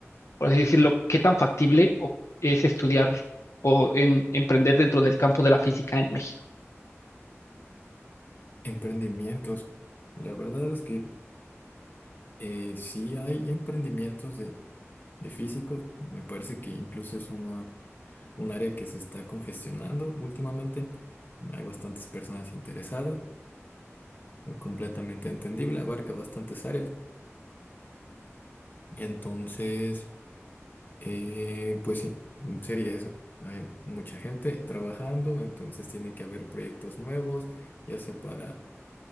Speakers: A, on the left; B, on the left.
A: por así decirlo, qué tan factible o- es estudiar o en- emprender dentro del campo de la física en México.
B: Emprendimientos. La verdad es que eh, sí hay emprendimientos de, de físicos, me parece que incluso es una, un área que se está congestionando últimamente. Hay bastantes personas interesadas. completamente entendible, abarca bastantes áreas. Entonces, eh, pues sí, sería eso. Hay mucha gente trabajando, entonces tiene que haber proyectos nuevos, ya sea para